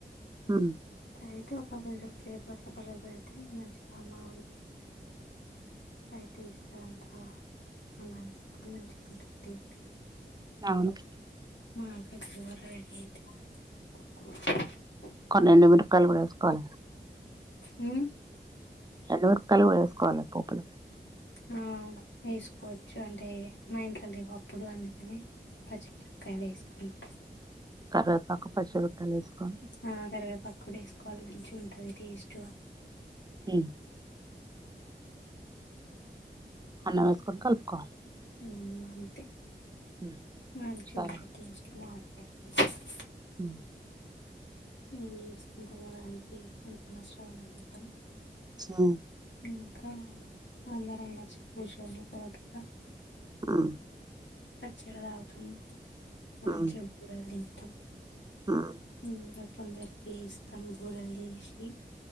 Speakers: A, on the right (about 25°); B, on the left (about 85°).
A: హ్మ్
B: అయితే ఒక <unintelligible> పెడితే మంచిగా మా రైటింగ్ ఇస్తారంటా <unintelligible>
A: అవును
B: <unintelligible>
A: పన్నెండు మిరకాయలు కూడా వేసుకోవాలి కదా
B: మ్మ్
A: ఎండు మిరపకాయలు కూడ ఏసుకోవాలి పోపులో
B: ఆఁ ఏసుకోవచ్చు అంటే మా ఇంట్లో లేవు అప్పుడు అందుకని. పచ్చి మిరకాయలు వేసుకున్నం
A: కరేపాకు పచ్చి మిరపకాయలు ఏసుకొని
B: ఆ కరివేపాకు కూడా వేసుకోవాలి మంచిగ ఉంటది టేస్ట్ గా.
A: హ్మ్ అన్నం ఏసుకొని కలుపుకోవాలి.
B: మ్మ్ అంతే
A: హ్మ్.
B: మంచిగ
A: సరే.
B: ఉంటది టేస్ట్ మామిడికాయ <unintelligible>
A: మ్
B: ఇవి చేసుకుంటము వారనికి <unintelligible>
A: హ్మ్
B: ఇంకా అందరు అనచ్చు కూర్చుని <unintelligible>
A: మ్
B: పచ్చడ తాగుతున్న
A: హ్మ్.
B: మంచిగా బూరెలు తిటం
A: హ్మ్.
B: ఇంగ కొందరికి ఇస్తం బూరెలు చేసి